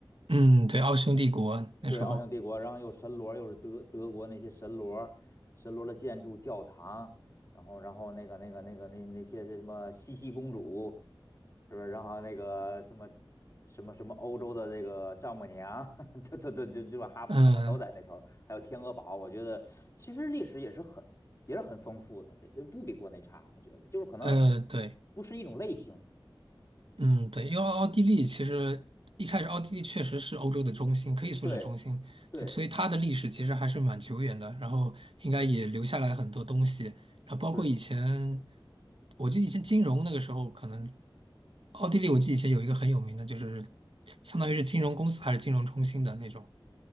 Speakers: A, on the right; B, on the left.
A: 嗯，对，奥匈帝国那时候，
B: 对，奥匈帝国，然后又神罗，又是德德国那些神罗，神罗的建筑、教堂，然后然后那个那个那个那那些什么茜茜公主，是不是？然后那个什么什么什么欧洲的那个丈母娘，<laughs> 这这这这这把哈布斯堡都在那头儿还有天鹅堡，
A: 嗯
B: 我觉得其实历史也是很也是很丰富的，也也不比国内差，我觉得就是可能
A: 呃，对。
B: 不是一种类型，
A: 嗯，对，因为奥地利其实一开始奥地利确实是欧洲的中心，可以说是中心，
B: 对对
A: 对，所以它的历史其实还是蛮久远的，然后应该也留下来很多东西，然后包括以前，
B: 对，
A: 我记得以前金融那个时候，可能奥地利我记得以前有一个很有名的，就是相当于是金融公司还是金融中心的那种，